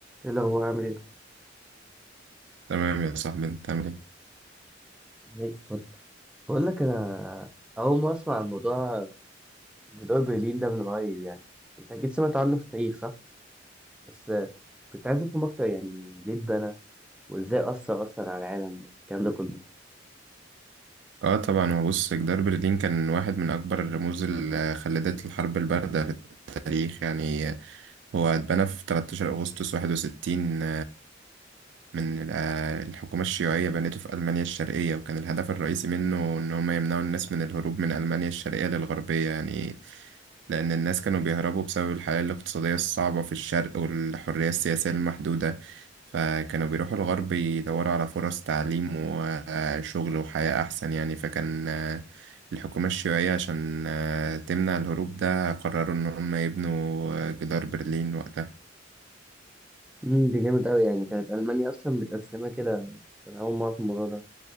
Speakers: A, in the centre; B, on the right.
A: ايه الاخبار عامل ايه
B: تمام يا صاحبي انت عامل ايه
A: زي الفل بقول لك انا اول ما اسمع عن موضوع جدار برلين ده من قريب يعني انت اكيد سمعت عنه في التاريخ صح بس آه، كنت عايز افهم اكتر يعني ليه اتبنى وازاي اثر اصلا على العالم والكلام ده كله
B: اه طبعا هو بص جدار برلين كان واحد من اكبر الرموز اللي خلدت الحرب البارده في التاريخ يعني هو اتبنى في 13 اغسطس 61 من ال- آه، الحكومة الشيوعية بنته في ألمانيا الشرقية وكان الهدف الرئيسي منه إن هم يمنعوا الناس من الهروب من ألمانيا الشرقية للغربية يعني لأن الناس كانوا بيهربوا بسبب الحياة الاقتصادية الصعبة في الشرق والحرية السياسية المحدودة فكانوا بيروحوا الغرب يدوروا على فرص تعليم وشغل وحياة أحسن يعني فكان آه، الحكومة الشيوعية عشان آه، تمنع الهروب ده قرروا إن هم يبنوا آه، جدار برلين وقتها
A: امم ده جامد قوي يعني كانت المانيا اصلا متقسمه كده انا اول ما اعرف الموضوع ده